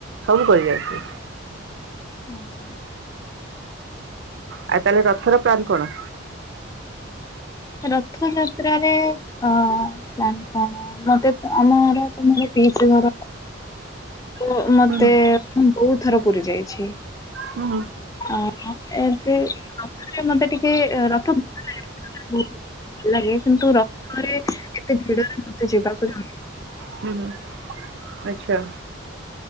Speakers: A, on the right; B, on the left.
A: ସବୁ କରି ଆଇଛି।
B: ଆଜ୍ଞା।
A: ଆଉ ତାହେଲେ ରଥର ପ୍ଲାନ କଣ।
B: ରଥଯାତ୍ରାରେ ଅଁ ପ୍ଲାନ କଣ। ଆମର ତମର ପିଇସୀ ଘର। ତ ମତେ
A: ହୁଁ ହୁଁ
B: ମୁଁ ବହୁତ ଥର ପୁରୀ ଯାଇଛି।
A: ହୁଁ ହୁଁ।
B: ଅ ଏବେ ରଥ ମତେ ଟିକେ ରଥ ବହୁତ ଭଲ ଲାଗେ କିନ୍ତୁ ରଥରେ ଏତେ ଭିଡରେ ମତେ ଯିବାକୁ ଚାହୁ
A: ହୁଁ ଆଛା।